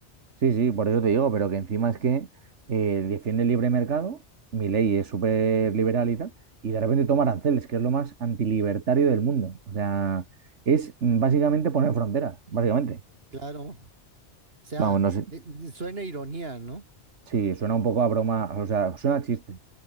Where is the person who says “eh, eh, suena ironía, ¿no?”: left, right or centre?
Right